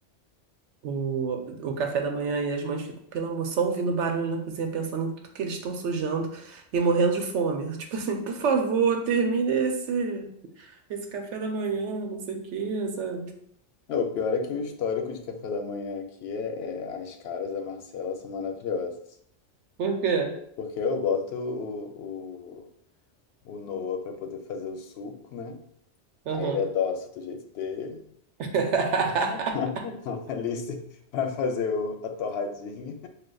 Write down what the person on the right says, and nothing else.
O, o café da manhã e as mães ficam, pelo amor, só ouvindo barulho na cozinha, pensando em tudo que eles estão sujando e morrendo de fome. <laughs> Tipo assim, por favor, termine esse, esse café da manhã, não sei o quê, sabe?
Por quê?
Aham.
<laughs>